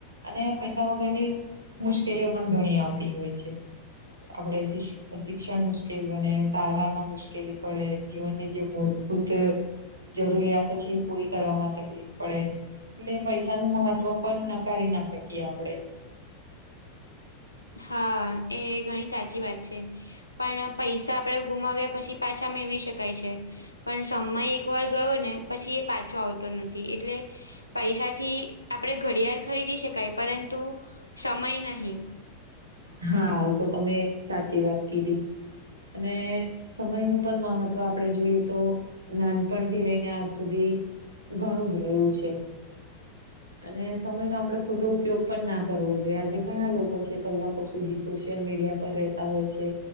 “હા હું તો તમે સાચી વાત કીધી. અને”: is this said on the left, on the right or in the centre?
Right